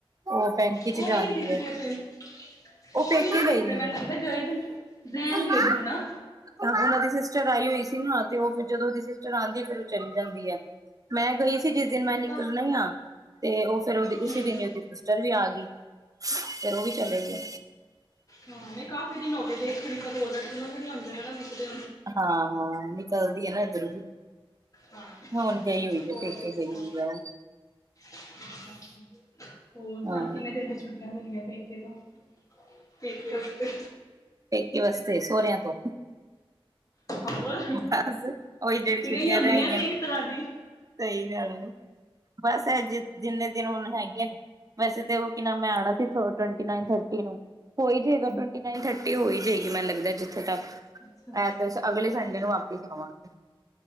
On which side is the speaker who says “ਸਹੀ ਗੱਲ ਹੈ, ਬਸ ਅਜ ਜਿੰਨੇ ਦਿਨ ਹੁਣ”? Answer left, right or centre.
Right